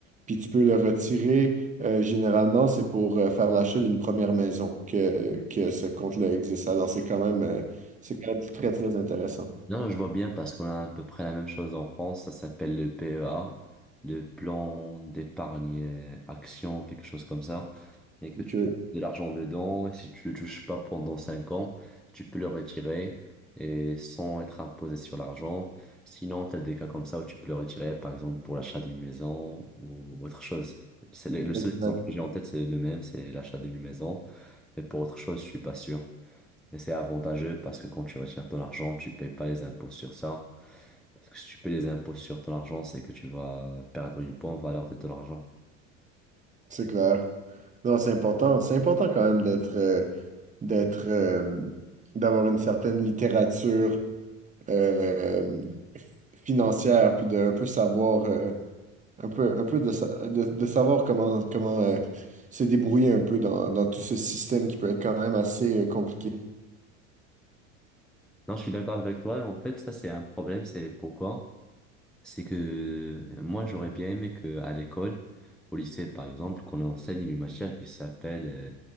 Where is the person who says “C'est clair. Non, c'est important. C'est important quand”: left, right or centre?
Right